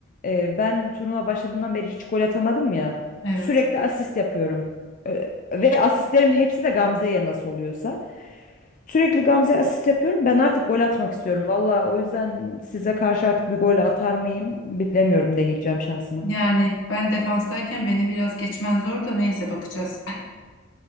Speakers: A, on the left (about 40°); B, on the left (about 65°).
A: Ee, ben turnuva başladığından beri hiç gol atamadım ya.
B: Evet.
A: Sürekli asist yapıyorum. Ee, ve asistlerim hepsi de Gamze'ye nasıl oluyorsa. Sürekli Gamze'ye asist yapıyorum. Ben artık gol atmak istiyorum. Valla o yüzden size karşı artık bir gol atar mıyım bilemiyorum deneyeceğim şansımı.
B: Yani ben defanstayken beni biraz geçmen zor da neyse bakacağız.